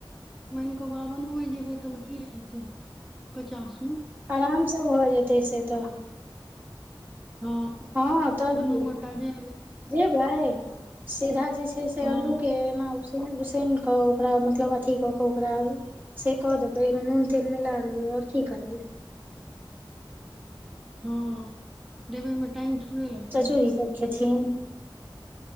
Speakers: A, in the centre; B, on the right.
A: माइन कऽ बाबनो जेबै तऽ भइए जेतै पचास न
B: आरामसँ भऽ जेतै से तऽ
A: हँ
B: हँ तऽ
A: दुनू
B: की
A: गोटा जे
B: जेबै सीधा जे छै से
A: हँ
B: अल्लू के एना उसैन के ओकरा मतलब अथी क के ओकरा से क देबे नून तेल मिला देबे आओर की करबे
A: हँ देबे मे टाइम थोड़े लगतै
B: चचोजी सब खेथिन